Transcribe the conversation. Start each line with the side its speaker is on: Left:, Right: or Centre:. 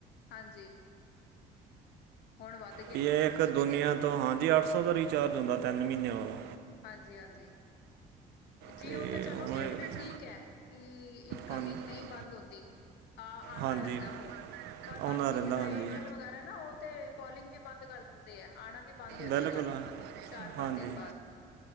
Left: ਹਾਂਜੀ। ਹੁਣ <unintelligible>
Right: ਕਿ ਏ ਏਕ ਦੁਨੀਆ ਤੋ ਹਾਂਜੀ, ਅੱਠ ਸੌ ਦਾ ਰੀਚਾਰਜ ਹੁੰਦਾ ਤੇੈਨ ਮਹੀਨਿਆਂ ਵਾਲਾ।
Left: ਹਾਂਜੀ, ਹਾਂਜੀ। ਜੀ
Right: ਤੇ
Left: ਓ ਤਾ ਚਲੋ
Right: ਉਹ
Left: ਫੇਰ
Right: ਇਹ-
Left: ਵੀ ਠੀਕ ਐ ਕਿ ਇਨਕਮਿੰਗ
Right: ਹਾਂ-
Left: ਨਈ ਬੰਦ ਹੁੰਦੀ। ਆ ਆਂਦਾ
Right: ਹਾਂਜੀ
Left: ਰੈਂਦੈ ਫੋਨ ਪਰ
Right: ਆਉਂਦਾ
Left: ਬਾਕੀ
Right: ਰਹਿੰਦਾ
Left: ਜਿੱਦਾ
Right: ਹਾਂਜੀ
Left: ਏਅਰਟੈਲ ਵਗੈਰਾ ਨਾ ਓ ਤੇ ਕੋਲਿੰਗ ਵੀ ਬੰਦ ਕਰ ਦਿੰਦੇ ਐ ਆਨਾ ਵੀ ਬੰਦ ਹੋਜੇਗਾ,
Right: ਬਿਲਕੁਲ ਹਾਂ-
Left: ਚਾਰ-ਪੰਜ
Right: ਹਾਂਜੀ
Left: ਦਿਨ ਬਾਦ